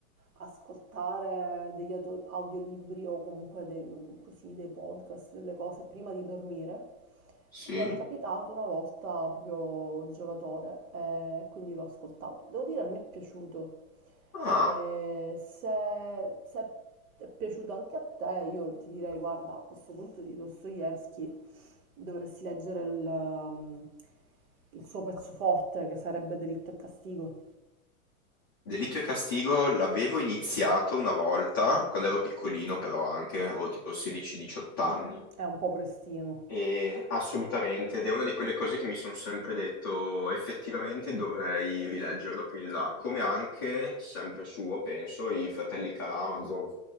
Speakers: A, on the right; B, on the left.
A: ascoltare degli auto- audiolibri o comunque dei, così, dei podcast, delle cose prima di dormire,
B: sì.
A: mi è capitato una volta proprio il giocatore e quindi l'ho ascoltato. Devo dire, mi è piaciuto.
B: Ah,
A: E se, se è piaciuto anche a te, io ti direi, guarda, a questo punto di Dostoevsky dovresti leggere il, um, il suo pezzo forte, che sarebbe Delitto e castigo,
B: Delitto e Castigo l'avevo iniziato una volta, quando ero piccolino però anche, avevo tipo 16-18 anni.
A: è un po' prestino.
B: E assolutamente, ed è una di quelle cose che mi sono sempre detto, effettivamente dovrei rileggerlo più in là, come anche, sempre suo, penso, i fratelli Karamazov.